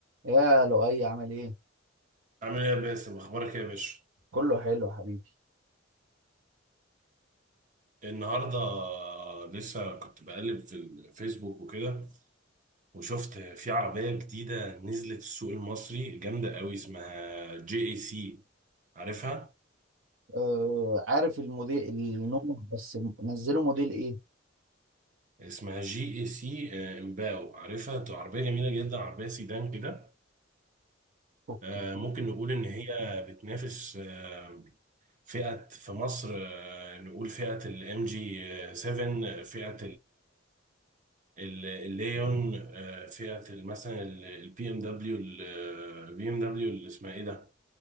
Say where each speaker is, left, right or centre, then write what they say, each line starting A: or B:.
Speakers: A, on the right; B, on the right.
A: يا لؤي عامل ايه؟
B: عامل ايه يا باسم اخبارك ايه يا باشا
A: كله حلو يا حبيبي
B: النهارده لسه كنت بقلب في الفيسبوك وكده وشفت في عربيه جديده نزلت السوق المصري جامده قوي اسمها جي اي سي عارفها
A: آه عارف الموديل النوم بس نزله موديل ايه؟
B: اسمها جي اي سي آه، امباو عارفها دي عربيه جميله جدا عربيه سيدان كده
A: اوكي
B: آه، ممكن نقول ان هي بتنافس آه، فئه في مصر آه، نقول فئه الام جي 7 فئه ال- الليون آه، فئة ال- مثلا البي ام دبليو البي ام دبليو اللي اسمها ايه ده